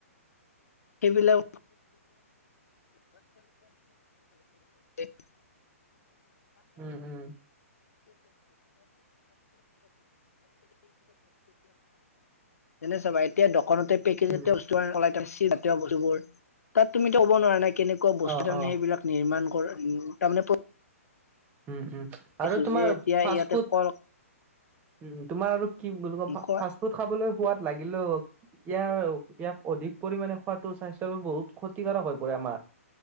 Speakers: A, on the left; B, on the right.
A: সেইবিলাক <unintelligible>
B: উম - উম।
A: নে চাবা <unintelligible> এতিয়া দোকানতে পেকেজ
B: উম
A: এটা বস্তু ওলাই থৈছি। <unintelligible> তাত তুমি এতিয়া <unintelligible> কেনেকুৱা বস্তু
B: অ
A: তামানে
B: অ
A: সেইবিলাক নিৰ্মাণ উম, তাৰমানে
B: উম, উম। আৰু
A: ছো
B: তোমাৰ
A: যে এতিয়া
B: ফাষ্ট
A: ইয়াতে
B: ফুড,
A: কল
B: উম, তোমাৰ আৰু কি বুলি কম,
A: কয়
B: ফাষ্ট ফুড খাবলৈ সোৱাদ লাগিলেও এতিয়াও, এতিয়া অধিক পৰিমানে খোৱাতো স্বাস্থ্যৰ বাবে বহুত ক্ষতিকাৰক হৈ পৰে আমাৰ,